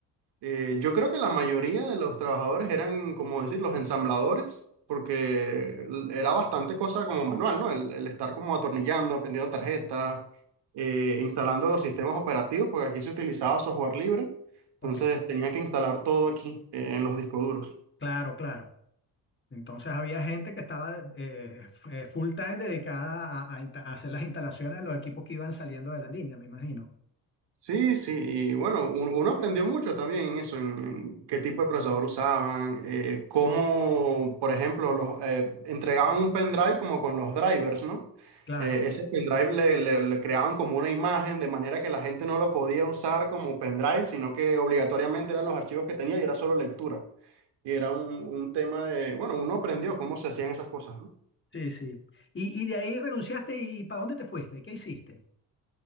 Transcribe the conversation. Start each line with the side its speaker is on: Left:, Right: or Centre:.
Right: Eh, yo creo que la mayoría de los trabajadores eran, como decir, los ensambladores, porque l- era bastante cosa como manual, ¿no? El, el estar como atornillando, aprendiendo tarjetas, eh, instalando los sistemas operativos, porque aquí se utilizaba software libre, entonces
Left: Ok,
Right: tenía que instalar todo aquí, eh, en los discos duros.
Left: claro, claro. Entonces había gente que estaba eh, f- eh, full time dedicada a, a insta- a hacer las instalaciones de los equipos que iban saliendo de la línea, me imagino.
Right: Sí, sí, y bueno, un- uno aprendió mucho también en eso, en, en qué tipo de procesador usaban, eh, cómo, por ejemplo, los, eh, entregaban un pendrive como con los drivers, ¿no?
Left: Claro.
Right: Eh, ese pendrive le, le- le creaban como una imagen de manera que la gente no lo podía usar como pendrive, sino que obligatoriamente eran los archivos que tenía y era solo lectura. Y era un, un tema de, bueno, uno aprendió cómo se hacían esas cosas, ¿no?
Left: Sí, sí. Y, y de ahí renunciaste y ¿para dónde te fuiste? ¿Qué hiciste?